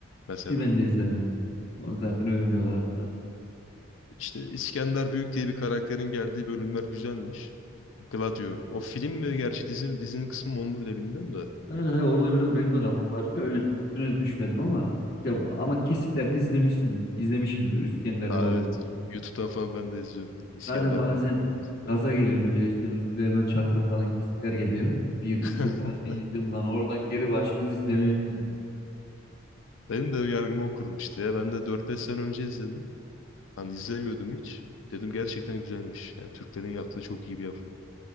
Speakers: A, on the left (about 75°); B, on the left (about 50°).
A: mesela.
B: Ki ben de izlemedim. Onu zaten övmüyorlardı da.
A: İşte İskender Büyük diye bir karakterin geldiği bölümler güzelmiş. Gladio. O film mi gerçi dizi mi? Dizinin kısmı mı onu bile bilmiyorum da.
B: Evet, evet, orada biraz benim de kafam karışıyor. Öyle çok üstüne düşmedim ama ya, ama kesitlerini izlemişsin, izlemişimdir İskender'in
A: Ha
B: olduğu.
A: evet YouTube'dan falan ben de izliyorum. İskender
B: Zaten bazen
A: Büyük'ü izliyorum.
B: gaza geliyorum böyle işte bir Süleyman Çakır'ın falan kesitler geliyor. Bir iki
A: <laughs>
B: falan bir izledim lan oradan geri başlıyoruz izlemeye film.
A: Benim de yargımı o kurmuştu ya. Ben de dört beş sene önce izledim. Hani izlemiyordum hiç. Dedim gerçekten güzelmiş. Yani Türklerin yaptığı çok iyi bir yapım.